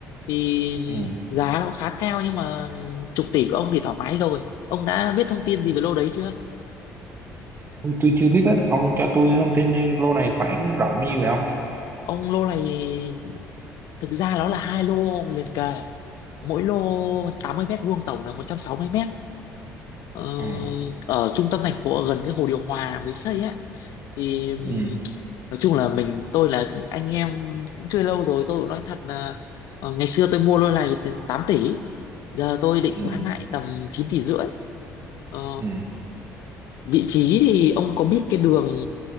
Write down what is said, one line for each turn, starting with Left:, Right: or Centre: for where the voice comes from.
Left: Thì
Right: Ừ.
Left: giá nó khá cao nhưng mà chục tỷ của ông thì thoải mái rồi Ông đã biết thông tin gì về lô đấy chưa?
Right: Tôi, tôi chưa biết hết, ông cho tôi thông tin đi, lô này khoảng rộng bao nhiêu vậy ông?
Left: Ông lô này thực ra nó là hai lô liền kề Mỗi lô 80 mét vuông tổng là 160 mét Ờ,
Right: Ừ.
Left: ở trung tâm thành phố ở gần cái hồ điều hòa mới xây ấy thì ừm,
Right: Ừ.
Left: nói chung là mình tôi là anh em cũng chơi lâu rồi tôi cũng nói thật là ờ, ngày xưa tôi mua lô này từ 8 tỷ giờ tôi định
Right: Ừ.
Left: bán lại tầm 9 tỷ rưỡi Ờ,
Right: Ừ.
Left: vị trí thì ông có biết cái đường